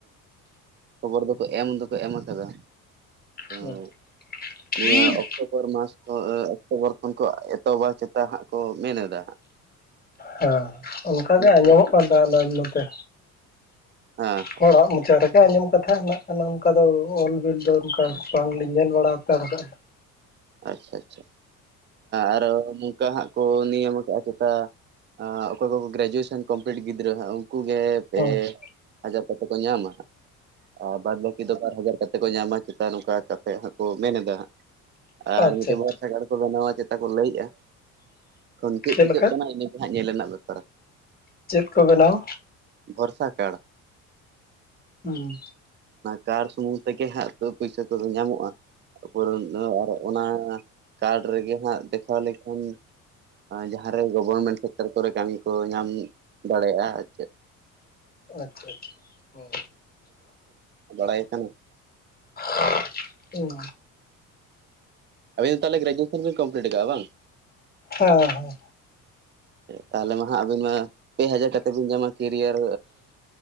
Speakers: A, on the right; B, on the left.
A: ᱠᱷᱚᱵᱚᱨ ᱫᱚᱠᱚ ᱮᱢ ᱫᱚᱠᱚ ᱮᱢ ᱠᱟᱫᱟ
B: ᱦᱩᱸ
A: ᱚ ᱱᱤᱭᱟᱹ
B: ᱦᱮᱸ
A: ᱚᱠᱴᱳᱵᱚᱨ ᱢᱟᱥ ᱠᱷᱚᱱ ᱚᱠᱴᱳᱵᱚᱨ ᱠᱷᱚᱱ ᱠᱚ ᱮᱛᱚᱦᱚᱵᱟ ᱪᱮᱛᱟ ᱦᱟᱜ ᱠᱚ ᱢᱮᱱ ᱮᱫᱟ ᱦᱟᱸᱜ
B: ᱦᱮᱸ ᱚᱱᱠᱟᱜᱮ
A: ᱚᱱᱟᱨᱮ
B: ᱟᱸᱡᱚᱢᱚᱜ ᱠᱟᱱ ᱛᱟᱦᱮᱱᱟ ᱱᱚᱛᱮ
A: ᱦᱮᱸ
B: ᱦᱚᱲᱟᱜ ᱢᱚᱪᱟᱨᱮ ᱟᱸᱡᱚᱢ ᱠᱟᱛᱷᱟ ᱦᱮᱱᱟᱜ ᱠᱟᱱᱟ ᱚᱱᱠᱟ ᱫᱚ ᱚᱞ ᱵᱤᱞ ᱫᱚ ᱚᱱᱠᱟ ᱵᱟᱝ ᱞᱤᱧ ᱧᱮᱞ ᱵᱟᱲᱟ ᱦᱟᱛᱟᱲ ᱠᱟᱜ-ᱟ᱾
A: ᱟᱪᱪᱷᱟ ᱟᱪᱪᱷᱟ ᱟᱨᱚ ᱚᱱᱠᱟ ᱦᱟᱜ ᱠᱚ ᱱᱤᱭᱚᱢ ᱠᱟᱜ-ᱟ᱾ ᱪᱮᱛᱟ ᱚᱠᱚᱭ ᱠᱚᱠᱚ ᱜᱨᱮᱡᱩᱭᱮᱥᱮᱱ ᱠᱚᱢᱯᱞᱤᱴ ᱜᱤᱫᱽᱨᱟᱹ ᱦᱟᱜ ᱩᱱᱠᱩ ᱜᱮ ᱯᱮ
B: ᱦᱩᱸ
A: ᱦᱟᱡᱟᱨ ᱠᱟᱛᱮ ᱠᱚ ᱧᱟᱢᱟ ᱦᱟᱜ ᱟᱨ ᱵᱟᱫᱽ ᱵᱟᱹᱠᱤ ᱫᱚ ᱵᱟᱨ ᱦᱟᱡᱟᱨ ᱠᱟᱛ- ᱧᱟᱢᱟ ᱪᱮᱛᱟ ᱱᱚᱝᱠᱟ ᱠᱟᱛᱮ ᱦᱟᱜ ᱠᱚ ᱢᱮᱱ ᱮᱫᱟ ᱦᱟᱜ ᱟᱨ
B: ᱟᱪᱪᱷᱟ
A: ᱢᱤᱫᱴᱤᱡ ᱵᱟᱨ ᱥᱟᱜᱟᱲ ᱠᱚ ᱵᱮᱱᱟᱣᱟ- ᱠᱚ ᱞᱟᱹᱭ ᱮᱜᱼᱟ ᱮᱠᱷᱚᱱ ᱪᱮᱜ
B: ᱪᱮᱫ
A: ᱪᱤᱠᱟᱹᱜ
B: ᱞᱮᱠᱟ
A: ᱠᱟᱱᱟ ᱤᱱᱟᱹᱜᱮ ᱦᱟᱜ ᱧᱮᱞ ᱨᱮᱱᱟᱜ ᱵᱮᱯᱟᱨ᱾
B: ᱪᱮᱫ ᱠᱚ ᱵᱮᱱᱟᱣ
A: ᱵᱚᱨᱥᱟ ᱠᱟᱲ
B: ᱦᱩᱸ
A: ᱠᱟᱨ ᱥᱩᱢᱩᱝ ᱛᱮᱜᱮ ᱦᱟᱜ ᱯᱩᱭᱥᱟ ᱠᱚᱫᱚ ᱧᱟᱢᱚᱜᱼᱟ ᱾ ᱠᱟᱨᱰ ᱨᱮᱜᱮ ᱦᱟᱜ ᱫᱮᱠᱷᱟᱣ ᱞᱮᱠᱷᱟᱱ ᱡᱟᱦᱟᱸᱨᱮ ᱜᱚᱵᱷᱚᱨᱢᱮᱱᱴ ᱥᱮᱠᱴᱟᱨ ᱠᱚᱨᱮ ᱠᱟᱹᱢᱤ ᱠᱚ ᱧᱟᱢ ᱫᱟᱲᱮᱭᱟᱜᱼᱟ ᱟᱨ ᱪᱮᱫ
B: ᱟᱪᱪᱷᱟ ᱟᱪᱪᱷᱟ ᱦᱩᱸ
A: ᱵᱟᱲᱟᱭ ᱠᱟᱱ
B: ᱦᱮᱸ
A: ᱟᱹᱵᱤᱱ ᱛᱟᱦᱚᱞᱮ ᱜᱨᱮᱡᱩᱣᱮᱥᱚᱱ ᱵᱤᱱ ᱠᱚᱢᱯᱞᱤᱴ ᱟᱠᱟᱟᱜᱼᱟ ᱵᱟᱝ?
B: ᱦᱮᱸ ᱦᱮᱸ
A: ᱛᱟᱦᱞᱮ ᱢᱟ ᱦᱟᱸᱜ ᱟᱹᱵᱤᱱ ᱢᱟ ᱯᱮ ᱦᱟᱡᱟᱨ ᱠᱟᱛᱮᱫ ᱵᱮᱱ ᱧᱟᱢᱟ ᱠᱮᱨᱤᱭᱟᱨ